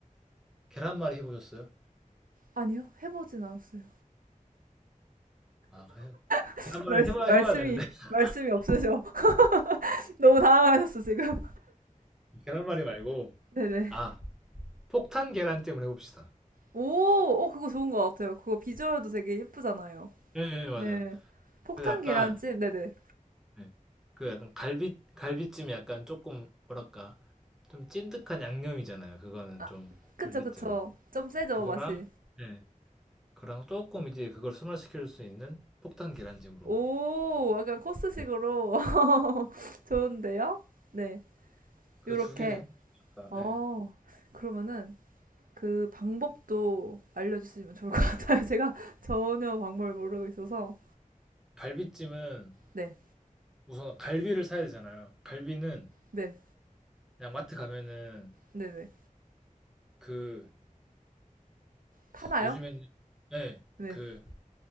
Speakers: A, in the centre; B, on the right.
A: 계란말이 해보셨어요?
B: 아니요. 해보진 않았어요.
A: 아, 그래.
B: <laughs>
A: 계란말이
B: 말씀,
A: 해봐,
B: 말씀이,
A: 해봐야 되는데. <laughs>
B: 말씀이 없으셔. <laughs> 너무 당황하셨어, 지금.
A: 계란말이 말고
B: <laughs> 네네.
A: 아 폭탄 계란찜을 해봅시다.
B: 오, 어, 그거 좋은 것 같아요. 그거 비주얼도 되게 예쁘잖아요.
A: 예, 예, 맞아요.
B: 네. 폭탄
A: 그래서 약간,
B: 계란찜, 네네.
A: 예. 그 약간 갈비, 갈비찜이 약간 조금, 뭐랄까, 좀 찐득한 양념이잖아요. 그거는
B: 아,
A: 좀,
B: 그쵸,
A: 갈비찜은.
B: 그쵸. 좀 세죠,
A: 그거랑,
B: 맛이.
A: 예, 그랑 조금 이제 그걸 순화시킬 수 있는 폭탄 계란찜으로.
B: 오, 약간 코스식으로. <laughs> 좋은데요? 네.
A: 그
B: 요렇게.
A: 두 개를 해볼까?
B: 어,
A: 예.
B: 그러면은 그 방법도 알려주시면 좋을 것 같아요. <laughs> 제가 전혀 방법을 모르고 있어서.
A: 갈비찜은
B: 네,
A: 우선 갈비를 사야 되잖아요. 갈비는
B: 네,
A: 그냥 마트 가면은
B: 네네.
A: 그
B: 파나요?
A: 요즘에는 예,
B: 네.
A: 그